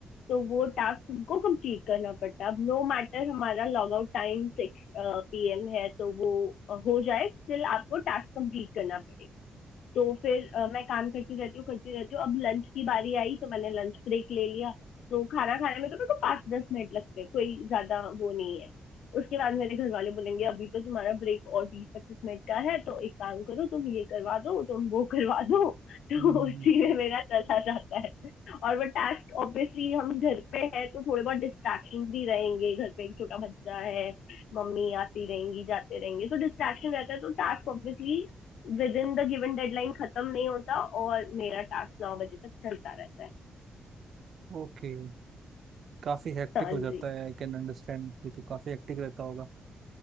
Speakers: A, on the left (about 85°); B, on the right (about 50°).
A: तो वो टास्क हमको कंप्लीट करना पड़ता है अब नो मैटर हमारा लॉग आउट टाइम सिक्स पीएम है तो वो अ, हो जाए स्टिल आपको टास्क कंप्लीट करना पड़ेगा तो फिर अ, मैं काम करती रहती हूँ करती रहती हूँ अब लंच की बारी आई तो मैंने लंच ब्रेक ले लिया तो खाना खाने में तो मेरे को पाँच दस मिनट लगते हैं कोई ज्यादा वो नहीं है उसके बाद मेरे घर वाले बोलेंगे अभी तो तुम्हारा ब्रेक और बीस पच्चीस मिनट का है तो एक काम करो तुम ये करवा दो तुम वो करवा दो <laughs> तो
B: hmm
A: उसी में मेरा चला जाता है और वो टास्क ऑब्वियसली हम घर पे है तो थोड़े बहुत डिस्ट्रैक्शन भी रहेंगे घर पे एक छोटा बच्चा है मम्मी आती रहेंगी जाते रहेंगे तो डिस्ट्रैक्शन रहता है तो task obviously within the given deadline खत्म नहीं होता और मेरा टास्क नौ बजे तक चलता रहता है
B: ओके काफी हेक्टिक
A: हाँ
B: हो
A: जी
B: जाता है आई कैन अंडरस्टैंड ये तो काफी हेक्टिक रहता होगा